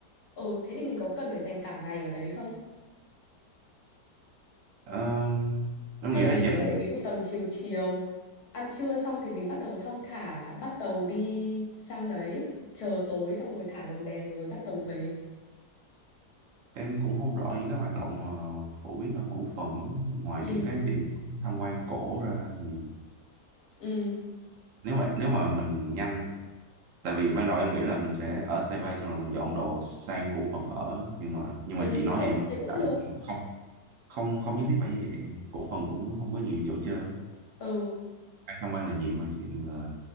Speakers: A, on the left (about 70°); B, on the right (about 65°).
A: ừ thế thì mình có cần phải dành cả ngày ở đấy không?
B: Ờ, em
A: Hay
B: nghĩ
A: là
B: là
A: mình
B: dành
A: có
B: một
A: thể ví dụ tầm chiều chiều ăn trưa xong thì mình bắt đầu thong thả bắt tàu đi sang đấy, chờ tối xong rồi thả lồng đèn rồi bắt tàu về.
B: em cũng không rõ những cái hoạt động mà phổ biến ở Củ Phần lắm. ngoài
A: Ừ,
B: những cái điểm tham quan cổ ra thì
A: ừ,
B: nếu mà nếu mà mình nhanh tại vì ban đầu em nghĩ là mình sẽ ở Taipei xong rồi mình dọn đồ sang Củ Phần ở nhưng mà nhưng
A: ừ,
B: mà chị nói
A: ơ
B: thì em mới-
A: thế cũng
B: tại
A: được.
B: không không không nhất thiết phải như vậy cổ phần cũng không có nhiều chỗ chơi lắm
A: Ừ,
B: ăn tham quan là nhiều thôi chuyện là